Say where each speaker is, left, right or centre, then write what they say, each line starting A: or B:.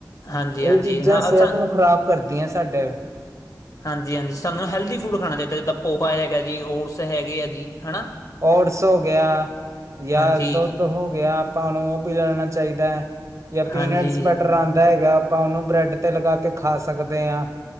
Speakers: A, on the left; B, on the right.
A: ਹਾਂਜੀ
B: ਇਹ
A: ਹਾਂਜੀ
B: ਚੀਜ਼ਾਂ
A: ਹਾਂ
B: ਸਿਹਤ
A: ਅਸਾਂ
B: ਨੂੰ ਖ਼ਰਾਬ ਕਰਦੀਆਂ ਸਾਡੇ
A: ਹਾਂਜੀ- ਹਾਂਜੀ ਸਾਨੂੰ ਹੈਲਦੀ ਫੂਡ ਖਾਣਾ ਚਾਹੀਦਾ ਜਿੱਦਾਂ ਪੋਹਾ ਹੈਗਾ ਜੀ ਓਟਸ ਹੈਗੇ ਆ ਜੀ ਹਨਾ
B: ਓਟਸ ਹੋ ਗਿਆ ਯਾਂ
A: ਹਾਂਜੀ
B: ਦੁੱਧ ਹੋ ਗਿਆ ਆਪਾਂ ਉਹਨੂੰ ਉਹ ਪੀ ਲੈਣਾ ਚਾਹੀਦਾ ਹੈ ਜਾਂ ਪੀਨਟਸ
A: ਹਾਂਜੀ
B: ਬੱਟਰ ਆਉਂਦਾ ਹੈਗਾ ਆਪਾਂ ਉਹਨੂੰ ਬ੍ਰੈਡ ਤੇ ਲਗਾ ਕੇ ਖਾ ਸਕਦੇ ਹਾਂ